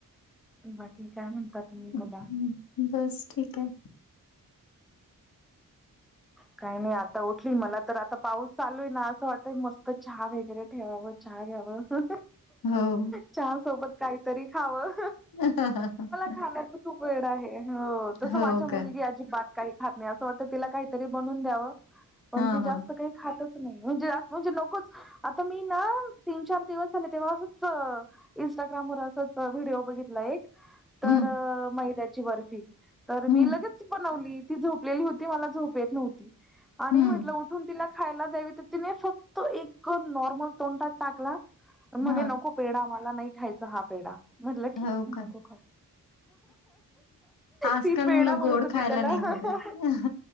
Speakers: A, in the centre; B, on the left (about 75°).
A: बाकी काय म्हणता तुम्ही
B: हं,
A: बला
B: बस ठीक आहे
A: काही नाही आता उठली मला तर आता पाऊस चालू आहे ना असं वाटतय मस्त चहा वगैरे केवव चहा कव
B: हो
A: चहा सोबत काहीतरी खावं
B: ह हा ह ह
A: खाण्या खूप वेळ आहे तस
B: हो
A: माझ्या मुलगी
B: का
A: अजिबात काही खात नाही अस वाटत तर तिला काहीतरी बनून द्यावं पण
B: हा
A: ती जास्त
B: हा
A: काही खातच नाही म्हणजे जा म्हणजे नकोच आता मी ना तीन चार दिवस झाले तेव्हा असंच इन्स्टाग्रामवरर असंच व्हिडिओ बघितला एक तर
B: हम्म
A: मैद्याची बर्फी तर मी
B: हम्म
A: लगेच बनवली ती झोपलेली होती झो न्ह आणि
B: हम्म
A: म्हटून त खायला द्यावी तर तिने फक्त एक नॉर्मल तोंडात टाकला म्हणे
B: हा
A: न नको पेढा मला नाही खायचा हा पेढा म्हटलं ठीक
B: हो
A: नको
B: का
A: खाऊ
B: आजकाल
A: ती पेढा
B: मुलं
A: म्हणत
B: गोड
A: होती
B: खायला
A: त्याला
B: नाही बघत